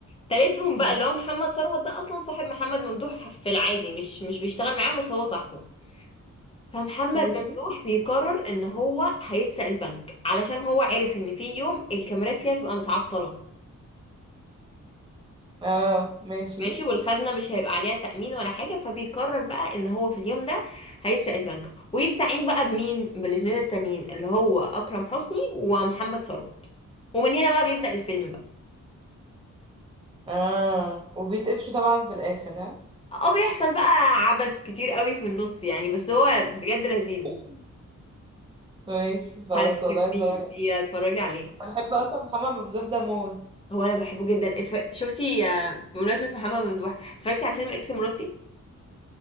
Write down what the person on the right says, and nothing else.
مم.
ماشي
اه ماشي
اه وبيتقفشوا طبعا في الاخر ها
<laughs> ماشي خلاص
والله هتفرج عليه
أنا بحب اصلا محمد ممدوح ده موت